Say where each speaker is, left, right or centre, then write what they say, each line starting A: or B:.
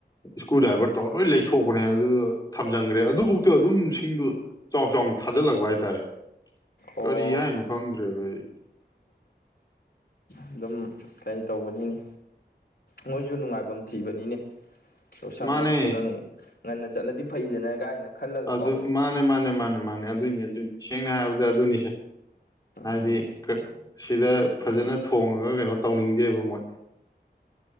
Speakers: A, on the left (about 20°); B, on the left (about 60°).
A: ꯏꯁꯀ꯭ꯔꯨ ꯗ꯭ꯔꯥꯏꯚꯔ ꯇꯧꯔ ꯂꯣꯏ ꯂꯩꯊꯣꯛꯄꯅꯦ ꯑꯗꯨ ꯊꯝꯖꯤꯟꯈ꯭ꯔꯦ ꯑꯗꯨꯐꯧꯗꯣ ꯑꯗꯨꯝ ꯁꯤꯡꯗꯨ ꯆꯥꯎ ꯆꯥꯎꯅ ꯊꯥꯖꯤꯜꯂꯛꯄ ꯍꯥꯏꯇꯥꯔꯦ
B: ꯑꯣ
A: ꯀꯔꯤ ꯍꯥꯏꯅꯣ ꯈꯪꯗ꯭ꯔꯦꯕ ꯑꯩ
B: ꯑꯗꯨꯝ ꯀꯩ ꯇꯧꯕꯅꯤꯅꯤ ꯃꯣꯏꯁꯨ ꯅꯨꯡꯉꯥꯏꯐꯝ ꯊꯤꯕꯅꯤꯅꯦ ꯂꯣꯏꯁꯐꯝ
A: ꯃꯥꯅꯦ
B: ꯊꯨꯅꯪ ꯉꯟꯅ ꯆꯠꯂꯗꯤ ꯐꯩꯗꯅ ꯀꯥꯏꯅ ꯈꯜꯂꯒꯀꯣ
A: ꯑꯗꯨ ꯃꯥꯅꯦ ꯃꯥꯅꯦ ꯃꯥꯅꯦ ꯃꯥꯅꯦ ꯑꯗꯨꯏꯅꯦ ꯑꯗꯨꯏꯅꯦ ꯁꯦꯡꯅ ꯍꯥꯏꯔꯕꯗ ꯑꯗꯨꯅꯤꯁꯦ
B: ꯎꯝ
A: ꯍꯥꯏꯗꯤ ꯁꯤꯗ ꯐꯖꯅ ꯊꯣꯡꯉꯒ ꯀꯩꯅꯣ ꯇꯧꯅꯤꯡꯗꯦꯕ ꯃꯣꯏ